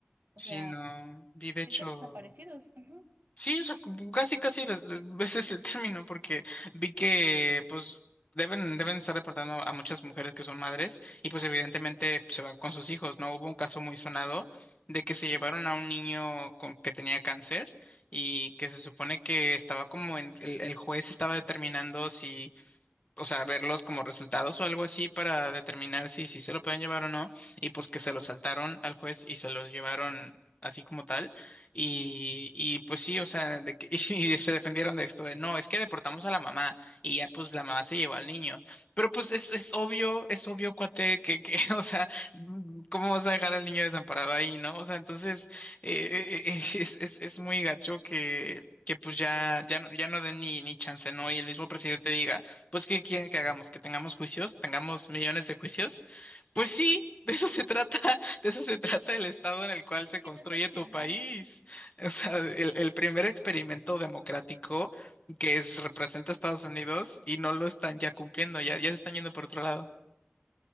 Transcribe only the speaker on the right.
O
sea,
están desaparecidos. Ujú.
Es
que
no es opcional.